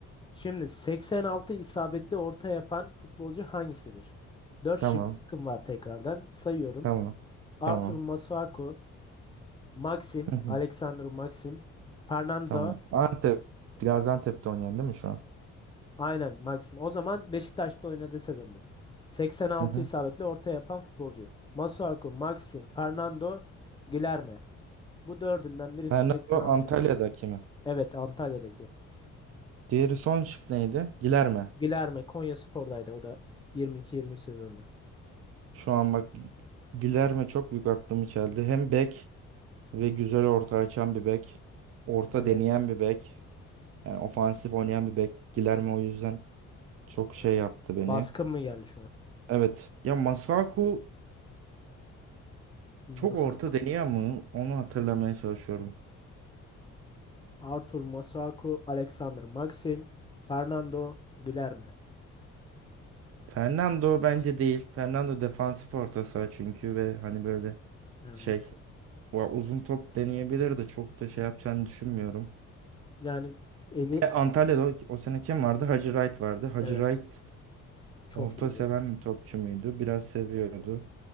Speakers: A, on the left; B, on the right.
A: Şimdi 86 isabetli orta yapan futbolcu hangisidir? 4
B: Tamam.
A: şıkkım var tekrardan. Sayıyorum.
B: Tamam.
A: Arthur
B: Tamam.
A: Masuaku, Maxim,
B: Hı hı,
A: Alexandru Maxim, Fernando.
B: Tamam. Antep, Gaziantep'te oynayan değil mi şu an?
A: Aynen Maxim. O zaman Beşiktaş'ta oynadığı sezon bu. 86
B: Hı hı.
A: isabetli orta yapan futbolcu. Masuaku, Maxim, Fernando, Guilherme. Bu dördünden birisi
B: Bernardo
A: 86.
B: Antalya'daki mi?
A: Evet Antalya'daki.
B: Diğeri son şık neydi? Gilerme.
A: Guilherme Konyaspor'daydı o da 22-23 sezonunda.
B: Şu an bak Gilerme çok büyük aklımı çeldi. Hem bek ve güzel orta açan bir bek. Orta
A: Evet.
B: deneyen bir bek. Yani ofansif oynayan bir bek. Gilerme o yüzden çok şey yaptı beni.
A: Baskın mı geldi şu an?
B: Evet. Ya Masuaku çok
A: Masuaku.
B: orta deniyor mu? Onu hatırlamaya çalışıyorum.
A: Arthur Masuaku, Alexander Maxim, Fernando Guilherme.
B: Fernando bence değil. Fernando defansif orta saha çünkü ve hani böyle
A: Evet.
B: şey o uzun top deneyebilir de çok da şey yapacağını düşünmüyorum.
A: Yani eli
B: E, Antalya'da o, o sene kim vardı? Hacı Wright vardı. Hacı
A: evet
B: Wright
A: çok
B: orta
A: iyiydi.
B: seven bir topçu muydu? Biraz seviyordu.